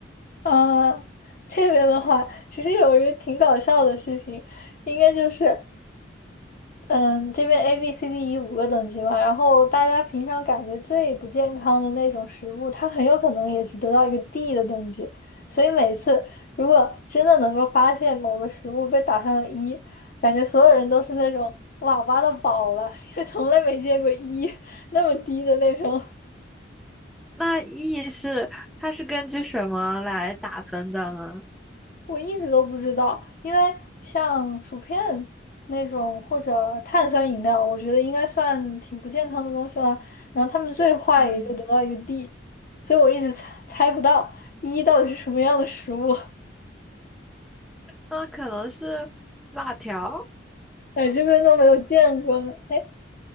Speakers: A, on the left; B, in the centre.
A: 啊，这边的话，其实有一个挺搞笑的事情，应该就是，嗯，这边 A、B、C、D、E 五个等级嘛，然后大家平常感觉最不健康的那种食物，它很有可能也是得到一个 D 的等级，所以每次如果真的能够发现某个食物被打上了一，感觉所有人都是那种哇挖到宝了，<laughs> 从来没见过一那么低的那种。
B: 那 E 是它是根据什么来打分的呢？
A: 我一直都不知道，因为像薯片那种或者碳酸饮料，我觉得应该算挺不健康的东西了。然后他们最坏也就得到一个
B: 嗯，
A: D，所以我一直猜猜不到一到底是什么样的食物，<laughs>
B: 那可能是辣条，
A: 哎，这边都没有见过呢。哎，